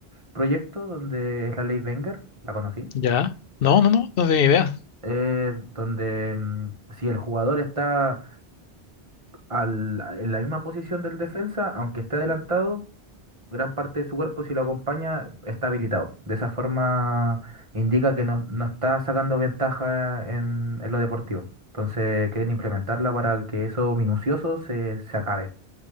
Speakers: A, on the right; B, on the left.
A: proyecto donde es la ley Wenger, la conocí,
B: ¿ya? No, no, no, no tenía idea.
A: eh, donde mm, si el jugador está al- en la misma posición del defensa, aunque esté adelantado, gran parte de su cuerpo si lo acompaña está habilitado. De esa forma indica que no, no está sacando ventaja en, en lo deportivo. Entonces quieren implementarla para que eso minucioso se, se acabe.